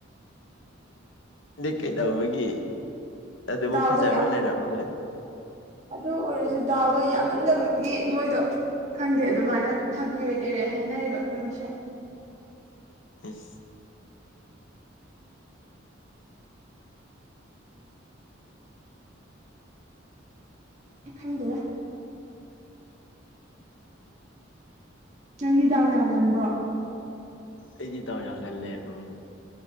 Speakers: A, on the left; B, on the right.
A: ꯑꯗꯤ ꯀꯩꯗꯧꯕꯒꯤ ꯑꯗꯨꯕꯨ
B: ꯗꯥꯎꯗꯣ
A: ꯐꯖꯔ
B: ꯌꯥꯝ
A: ꯂꯩꯔꯝꯃꯒꯥꯏ
B: ꯑꯗꯨ ꯑꯣꯏꯔꯁꯨ ꯗꯥꯎꯗꯣ ꯌꯥꯝꯃꯟꯅꯕꯒꯤ ꯃꯣꯏꯗꯣ ꯈꯪꯗꯦ ꯑꯗꯨꯃꯥꯏꯅ ꯐꯥꯒꯤ ꯑꯣꯏ ꯀꯩꯑꯣꯏ ꯍꯥꯏꯅꯔꯤꯕ ꯑꯩꯈꯣꯏ ꯃꯁꯦꯟ
A: ꯎꯝ
B: <inaudible> ꯈꯪꯗꯦꯗ ꯅꯪꯒꯤ ꯗꯥꯎ ꯌꯥꯒꯟꯕ꯭ꯔꯣ?
A: ꯑꯩꯗꯤ ꯗꯥꯎ ꯌꯥꯒꯜꯂꯦ ꯎꯝ